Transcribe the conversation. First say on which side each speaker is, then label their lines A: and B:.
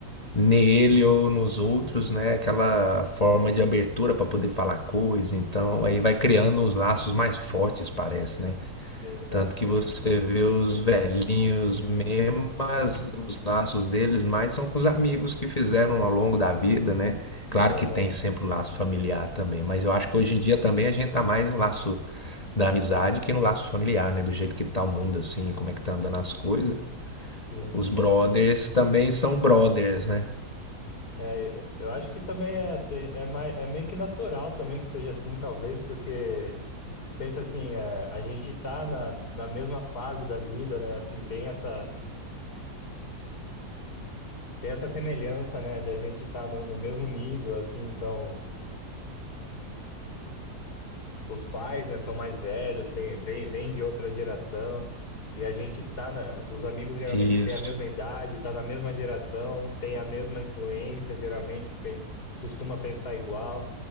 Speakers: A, on the left; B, on the left.
A: nele ou nos outros, né, aquela forma de abertura para poder falar coisa. Então, aí vai criando uns laços mais fortes, parece, né?
B: sim, é.
A: Tanto que você vê os velhinhos mesmo, mas os laços deles mais são com os amigos que fizeram ao longo da vida, né? Claro
B: Aham,
A: que tem sempre o laço familiar também, mas eu acho que hoje em dia também a gente tá mais no laço da amizade que no laço familiar, né? Do jeito que tá o mundo, assim, como é que tá andando as coisas.
B: sim.
A: Os brothers também são brothers, né?
B: É, eu acho que também é, te- é, mais, é meio que natural também que seja assim, talvez, porque pensa assim, é, a gente tá na, na mesma fase da vida, né? Assim, tem essa, tem essa semelhança, né? De a gente estar no, no mesmo nível, assim, então. os pais, né, são mais velhos, tem, vem, vem de outra geração, e a gente tá na, os amigos geralmente
A: Isso.
B: têm a mesma idade, tá na mesma geração, tem a mesma influência, geralmente pe- costuma pensar igual,